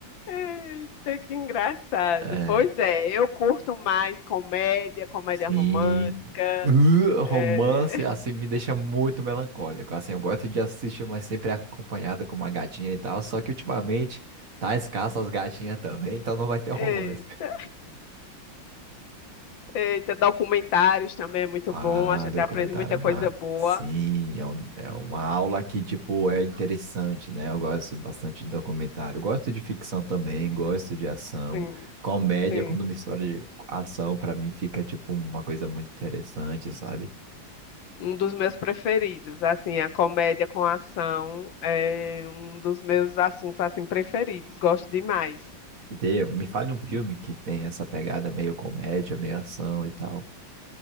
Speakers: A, on the left; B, on the right.
A: Eita, que engraçado.
B: É.
A: Pois é, eu curto mais comédia, comédia
B: Sim.
A: romântica.
B: Uh,
A: É,
B: Romance, assim, me deixa muito melancólico. Assim, eu gosto de assistir, mas sempre acompanhado com uma gatinha e tal. Só que ultimamente tá escasso as gatinhas também, então não vai ter
A: <laughs>
B: romance.
A: Eita. Eita, documentários também é muito
B: Ah,
A: bom. A gente
B: documentário
A: aprende muita
B: é uma.
A: coisa boa.
B: Sim, é, um- é uma aula que, tipo, é interessante, né? Eu gosto bastante de documentário. Gosto de ficção também, gosto de ação.
A: Sim,
B: Comédia,
A: sim.
B: quando mistura de ação, pra mim fica, tipo, uma coisa muito interessante, sabe?
A: Um dos meus preferidos, assim, a comédia com ação é um dos meus assuntos assim preferidos. Gosto demais.
B: Dê- me fale um filme que tem essa pegada meio comédia, meio ação e tal.